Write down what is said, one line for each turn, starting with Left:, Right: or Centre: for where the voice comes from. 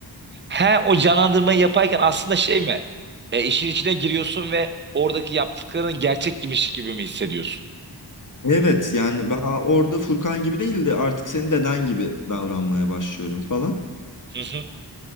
Right: He o canlandırmayı yaparken aslında şey mi? E, işin içine giriyorsun ve oradaki yaptıkların gerçekmiş gibi mi hissediyorsun?
Left: Evet yani ben orada Furkan gibi değil de artık senin deden gibi davranmaya başlıyorum falan.
Right: Hı hı.